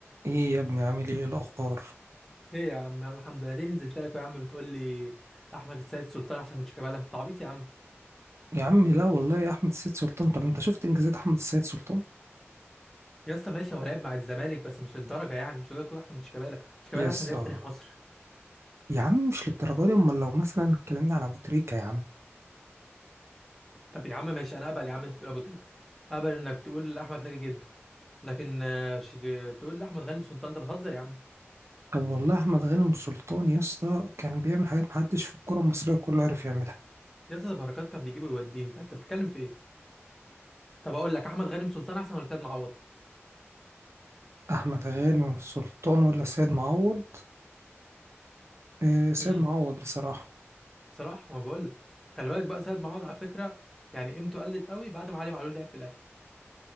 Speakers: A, on the right; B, in the centre.
A: ايه يا ابني عامل ايه الاخبار
B: ايه يا عم يلا الحمد لله ليه نزلت لك يا عم بتقول لي احمد السيد سلطان احسن من شيكابالا انت عبيط يا عم
A: يا عم لا والله يا احمد السيد سلطان طب انت شفت انجازات احمد السيد سلطان
B: يا اسطى ماشي هو لعب مع الزمالك بس مش للدرجه يعني مش هيكون احسن من شيكابالا شيكابالا
A: يس
B: احسن لاعب
A: آه.
B: في تاريخ مصر
A: يا عم مش للدرجه دي امال لو مثلا اتكلمنا على ابو تريكه يا عم
B: طب يا عم ماشي انا اقبل يا عم انت تقول ابو تريكه اقبل انك تقول احمد ناجي جده لكن آه، شيك... تقول لي احمد غانم سلطان ده بتهزر يا عم
A: طب والله احمد غانم سلطان يا اسطى كان بيعمل حاجات محدش في الكره المصريه كله عارف يعملها
B: يا اسطى ده بركات كان بيجيبه ويوديه انت انت بتتكلم في ايه طب اقول لك احمد غانم سلطان احسن ولا سيد معوض
A: احمد غانم سلطان ولا سيد معوض آه سيد
B: امم
A: معوض بصراحه
B: بصراحه ما بقول لك خلي بالك بقى سيد معوض على فكره يعني قيمته قلت قوي بعد ما علي معلول لعب في الاهلي